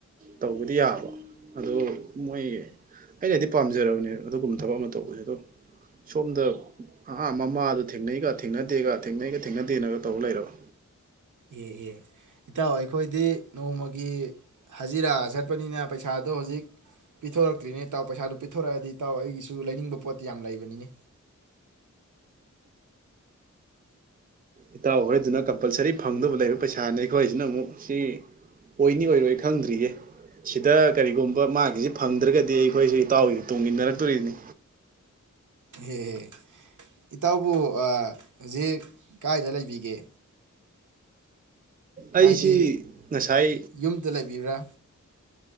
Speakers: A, on the right; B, on the right.
A: ꯇꯧꯕꯗꯤ ꯌꯥꯕ ꯑꯗꯣ ꯃꯣꯏ ꯑꯩꯅꯗꯤ ꯄꯥꯝꯖꯔꯕꯅꯦ ꯑꯗꯨꯒꯨꯝꯕ ꯊꯕꯛ ꯑꯃ ꯇꯧꯕꯁꯦ ꯑꯗꯣ ꯁꯣꯝꯗ ꯑꯥ ꯃꯃꯥꯗꯣ ꯊꯦꯡꯅꯩꯒ ꯊꯦꯡꯅꯗꯦꯒ ꯊꯦꯡꯅꯩꯒ ꯊꯦꯡꯅꯗꯦꯒꯅ ꯇꯧ ꯂꯩꯔꯕ
B: ꯑꯦꯍ ꯑꯦꯍꯦ ꯏꯇꯥꯎ ꯑꯩꯈꯣꯏꯗꯤ ꯅꯣꯡꯃꯒꯤ ꯍꯖꯤꯔꯥ ꯆꯠꯄꯅꯤꯅ ꯄꯩꯁꯥꯗꯣ ꯍꯧꯖꯤꯛ ꯄꯤꯊꯣꯔꯛꯇ꯭ꯔꯤꯅꯦ ꯏꯇꯥꯎ ꯄꯩꯁꯥꯗꯣ ꯄꯤꯊꯣꯔꯛꯑꯗꯤ ꯏꯇꯥꯎ ꯑꯩꯒꯤꯁꯨ ꯂꯩꯅꯤꯡꯕ ꯄꯣꯠꯇꯤ ꯌꯥꯝ ꯂꯩꯕꯅꯤꯅꯦ
A: ꯏꯇꯥꯎ ꯈꯣꯏꯗꯨꯅ ꯀꯝꯄꯜꯁꯔꯤ ꯐꯪꯗꯧꯕ ꯂꯩꯕ ꯄꯩꯁꯥꯅꯦ ꯑꯩꯈꯣꯏꯁꯤꯅ ꯑꯃꯨꯛ ꯁꯤ ꯑꯣꯏꯅꯤ ꯑꯣꯏꯔꯣꯏ ꯈꯪꯗ꯭ꯔꯤꯌꯦ ꯁꯤꯗ ꯀꯔꯤꯒꯨꯝꯕ ꯃꯥꯒꯤꯁꯤ ꯐꯪꯗ꯭ꯔꯒꯗꯤ ꯑꯩꯈꯣꯏꯁꯨ ꯏꯇꯥꯎꯒꯤ ꯇꯨꯡ ꯏꯟꯅꯔꯛꯇꯣꯔꯤꯕꯅꯤ
B: ꯍꯦꯍꯦ ꯏꯇꯥꯎꯕꯨ ꯍꯧꯖꯤꯛ ꯀꯥꯏꯗ ꯂꯩꯕꯤꯒꯦ
A: ꯑꯩꯁꯤ
B: ꯍꯥꯏꯗꯤ
A: ꯉꯁꯥꯏ
B: ꯌꯨꯝꯗ ꯂꯩꯕꯤꯕ꯭ꯔꯥ